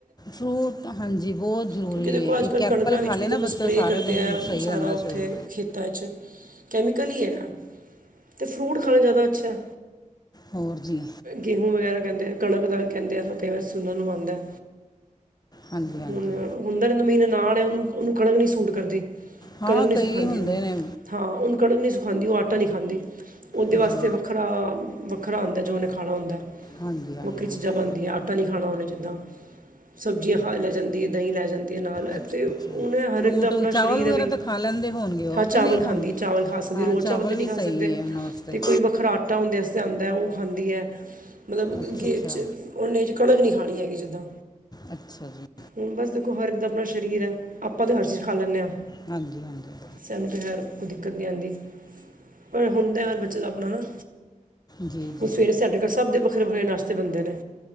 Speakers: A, on the left; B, on the right.
A: ਫਰੂਟ ਹਾਂਜੀ ਬੋਤ ਜ਼ਰੂਰੀ
B: ਕਿਉਂਕਿ ਦੇਖੋ
A: ਐ
B: ਅੱਜ
A: ਇੱਕ
B: ਕੱਲ
A: ਐਪਲ
B: ਕਣਕਾਂ ਵਿੱਚ
A: ਖਾ ਲਏ
B: ਵੀ ਦੇਖੋ
A: ਨਾ ਬੱਚਾ
B: ਸਪਰੇਅ
A: ਸਾਰਾ
B: ਕਰਦੇ
A: ਦਿਨ
B: ਆ
A: ਈ ਸਈ
B: ਸਾਰਾ
A: ਰੈਂਦਾ
B: ਉੱਥੇ
A: ਸਵੇਰੇ
B: ਖੇਤਾਂ ਚ, ਕੈਮੀਕਲ ਈ ਹੈਗਾ ਤੇ ਫਰੂਟ ਖਾਣਾ ਜਾਦਾ ਅੱਛਾ।
A: ਹੋਰ ਜੀ।
B: ਗੇਹੂ ਵਗੈਰਾ ਕੈਂਦੇ ਆ ਕਣਕ ਦਾ ਕੈਦੇ ਆ ਤਾਂ ਕਈ ਵਾਰੀ ਸੁਣਨ ਨੂੰ ਆਂਦਾ।
A: ਹਾਂਜੀ ਹਾਂਜੀ
B: ਹੁਣ ਹੁੰਦਾ ਏ ਮੇਰੀ ਨਨਾਨ ਐ ਓਨੂੰ-ਓਨੂੰ ਕਣਕ ਨੀ ਸੂਟ ਕਰਦੀ।
A: ਹਾਂ
B: ਕਣਕ ਨੀ
A: ਕਈ
B: ਸੂਖਾਦੀ
A: ਹੁੰਦੇ
B: ਓਨੂੰ
A: ਨੇ
B: ਹਾਂ, ਕਣਕ ਨੀ ਸੂਖਾਂਦੀ ਓ ਆਟਾ ਨੀ ਖਾਂਦੀ। ਉਹਦੇ
A: ਜੀ
B: ਵਾਸਤੇ ਵੱਖਰਾ- ਵੱਖਰਾ ਆਂਦਾ, ਜੋ ਉਹਨੇ ਖਾਣਾ ਹੁੰਦਾ ਐ।
A: ਹਾਂਜੀ ਹਾਂਜੀ
B: ਵੱਖਰੀ ਚੀਜ਼ਾਂ ਬਣਦੀਆਂ, ਆਟਾ ਨੀ ਖਾਣਾ ਉਹਨੇ ਜਿੱਦਾਂ। ਸਬਜ਼ੀਆਂ ਖਾ ਲੈ ਜਾਂਦੀ, ਦਹੀਂ ਲੈ ਜਾਂਦੀ ਨਾਲ
A: ਅੱਛਾ
B: ਤੇ ਉਹਨੇ
A: ਅੱਛਾ ਫਰੂਟ
B: ਹਰ ਇੱਕ ਦਾ ਆਪਣਾ
A: ਚਾਵਲ
B: ਸਰੀਰ
A: ਵਗੈਰਾ
B: ਹੈ ਬਈ,
A: ਤਾਂ ਖਾ ਲੈਂਦੇ ਹੋਣਗੇ ਉਹ
B: ਹਾਂ ਚਾਵਲ
A: ਕਿ ਨਹੀਂ ਖਾਂਦੇ
B: ਖਾਂਦੀ ਏ। ਚਾਵਲ ਖਾ ਸਕਦੀ,
A: ਹਾਂ
B: ਰੋਜ਼ ਚਾਵਲ ਤਾਂ
A: ਵੀ
B: ਨਹੀਂ ਖਾ
A: ਸਹੀ
B: ਸਕਦੇ
A: ਹੈ ਉਹਨਾਂ ਵਾਸਤੇ
B: ਤੇ ਕੋਈ ਵੱਖਰਾ ਆਟਾ ਹੁੰਦੇ ਆਸਤੇ ਆਂਦਾ ਓ ਖਾਂਦੀ ਏ। ਮਤਲਬ
A: ਅੱਛਾ
B: ਗੇਡ
A: ਅੱਛਾ
B: 'ਚ ਓਨੇ 'ਚ ਕਣਕ ਨਹੀਂ ਖਾਣੀ ਹੈਗੀ ਜਿੱਦਾਂ।
A: ਅੱਛਾ ਜੀ।
B: ਹੁਣ ਬਸ ਦੇਖੋ ਹਰ ਇੱਕ ਦਾ ਆਪਣਾ ਸਰੀਰ ਐ, ਆਪਾਂ ਤਾਂ ਹਰ ਚੀਜ਼ ਖਾ ਲੈਂਨੇ ਆ।
A: ਹਾਂਜੀ -ਹਾਂਜੀ।
B: ਸਾਨੂੰ ਤਾਂ ਖੈਰ ਕੋਈ ਦਿੱਕਤ ਨਹੀਂ ਆਂਦੀ, ਪਰ ਹੁੰਦਾ ਹਰ ਬੱਚੇ ਦਾ ਆਪਣਾ ਨਾ
A: ਜੀ
B: ਉਹ
A: ਜੀ
B: ਸਵੇਰੇ ਸਾਡੇ ਘਰ ਸਭ ਦੇ ਵੱਖਰੇ- ਵੱਖਰੇ ਨਾਸ਼ਤੇ ਬਣਦੇ ਨੇ,